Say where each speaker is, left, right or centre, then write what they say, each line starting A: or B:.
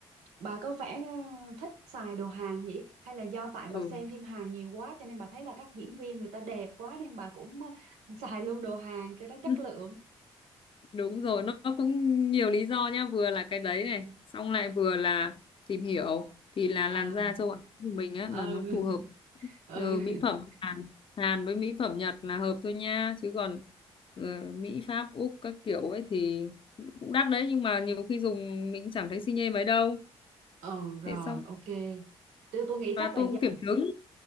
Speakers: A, on the right; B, on the left.
A: bà có vẻ ờ, thích xài đồ Hàn nhỉ Hay là do tại bà
B: ừ
A: xem phim Hàn nhiều quá Cho nên bà thấy là các diễn viên người ta đẹp quá Nên bà cũng ờ, xài luôn đồ Hàn cho nó chất
B: <laughs>
A: lượng
B: Đúng rồi, nó nó cũng nhiều lý do nhá, vừa là cái đấy
A: <laughs>
B: này, xong lại vừa là tìm hiểu thì là
A: À
B: làn da châu Á của mình á
A: ừ
B: là nó phù hợp
A: <laughs>
B: ừ, mỹ
A: ừ
B: phẩm Hàn Hàn với mỹ phẩm Nhật là hợp thôi nha, chứ còn ờ, Mỹ Pháp Úc các kiểu ấy thì cũng đắt đấy nhưng mà nhiều khi dùng mình cũng chẳng thấy xi nhê mấy đâu.
A: ờ rồi
B: Thế xong
A: ok tôi, tôi nghĩ
B: và
A: chắc là
B: tôi
A: do,
B: cũng kiểm chứng.